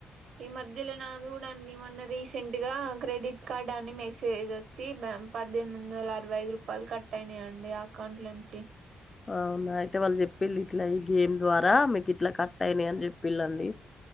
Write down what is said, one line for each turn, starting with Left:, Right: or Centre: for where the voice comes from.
Right: ఈ మధ్యలో నాది కూడా అండి మొన్న రీసెంట్ గా క్రెడిట్ కార్డ్ అని మెసేజ్ వచ్చి పద్దెనిమిది వందల అరవై ఐదు రూపాయలు కట్ అయినాయంండి ఆ అకౌంట్ నుంచి
Left: అవునా అతే వాళ్ళు చెప్పిళ ఇట్లా ఈ గేమ్ ద్వారా మీకు ఇట్లా కట్ అయినాయి అని చెప్పిళండి